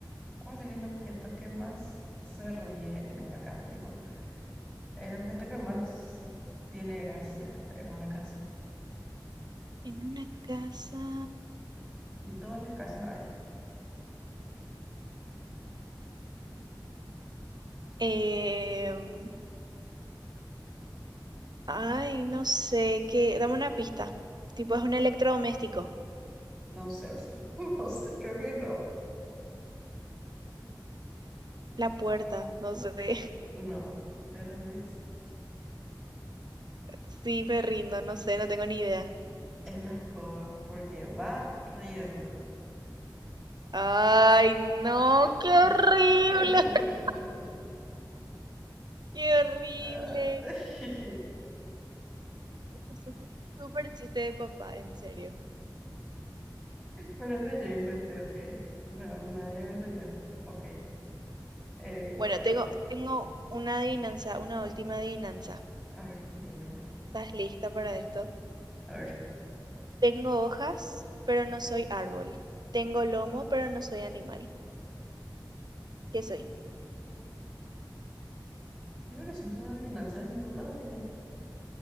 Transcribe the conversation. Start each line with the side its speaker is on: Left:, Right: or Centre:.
Centre: ¿Cuál es el objeto que más se ríe en una casa? Tipo, el objeto que más tiene gracia en una casa.
Right: En una casa.
Centre: En todas las casas hay.
Right: em, Ay, no sé, qué. dame una pista. Tipo, es un electrodoméstico.
Centre: No sé, <laughs> no sé, creo que no.
Right: La puerta, no sé. <laughs>
Centre: No, te rendís.
Right: Sí, me rindo, no sé, no tengo ni idea.
Centre: Es la escoba, porque va riendo.
Right: Ay, no,
Centre: <laughs>
Right: qué horrible, <laughs> qué horrible.
Centre: Ah, <laughs> Pero
Right: Este es Súper súper chiste de papá, en serio.
Centre: eso yo inventé, ok. No, nadie me enseñó. Ok. Eh,
Right: Bueno,
Centre: co- eh,
Right: tengo, tengo una adivinanza, una última adivinanza.
Centre: A ver, dímela.
Right: ¿Estás lista para esto?
Centre: A ver,
Right: Tengo hojas, pero no soy árbol. Tengo lomo, pero no soy animal. ¿Qué soy?
Centre: creo que son todas adivinanzas, ninguna adiviné.